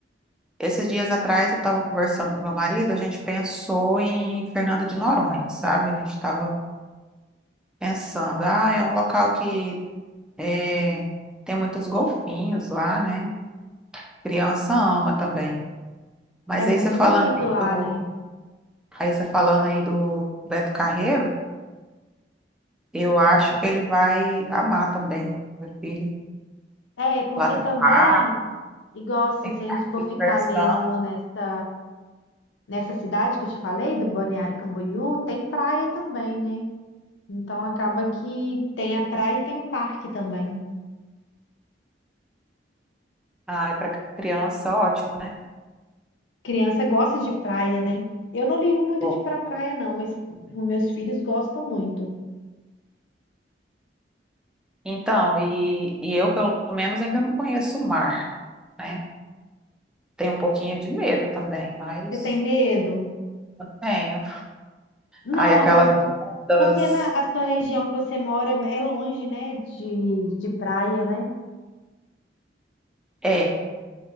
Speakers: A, in the centre; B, on the left (about 80°).
A: Esses dias atrás eu estava conversando com meu marido, a gente pensou em Fernando de Noronha, sabe? A gente estava pensando, ah, é um local que eh, tem muitos golfinhos lá, né? Criança ama também. Mas
B: É muito
A: aí você falando
B: bonito
A: aí
B: lá,
A: do,
B: né?
A: aí você falando aí do Beto Carreiro, eu acho que ele vai amar também, meu filho.
B: É, porque
A: Lá tem
B: também,
A: parque,
B: igual assim,
A: tem
B: se a gente
A: parque
B: for
A: de
B: ficar
A: diversão.
B: mesmo nessa, nessa cidade que eu te falei, do Balneário Camboriú, tem praia também, né? Então acaba que tem a praia e tem o parque também.
A: Ah, para criança, ótimo, né?
B: Criança gosta de praia, né? Eu não ligo muito
A: Bom,
B: de ir pra praia, não, mas os meus filhos gostam muito.
A: então, e, e eu, pelo menos, ainda não conheço o mar, né? Tenho um pouquinho de medo também, mas
B: Você tem medo?
A: eu tenho.
B: Não,
A: Aí, aquelas ondas.
B: Porque na a sua região que você mora é é longe, né, de, de praia, né?
A: É,